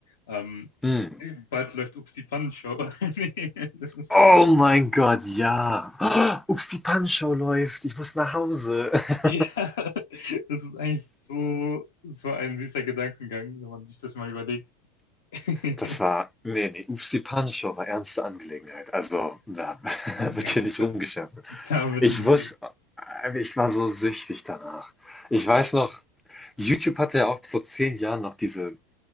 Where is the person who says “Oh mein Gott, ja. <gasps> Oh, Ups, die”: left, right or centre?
Centre